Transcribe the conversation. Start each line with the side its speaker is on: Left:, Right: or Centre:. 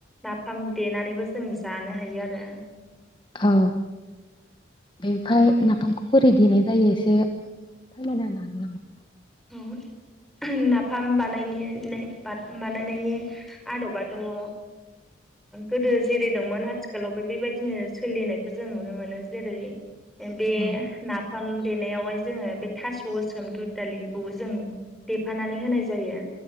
Centre: नाफाम देनानैबो जों जानो हायो आरो
Left: औ बेनिफाय नाफामखौ बोरै देनाय जायो एसे फोरमायना होनो हागोन नामा?
Centre: औ नाफाम बानायनो बानायनायनि आदबाथ ओ गोदो जेरै दंमोन आथिखालावबो बेबायदिनो सोलिनायखौ जों नुनो मोनो जेरै बे
Left: औ
Centre: नाफाम देनायावहाय जोङो बे थास' गोसोम दुदालि खौ जों देफानानै होनाय जायो।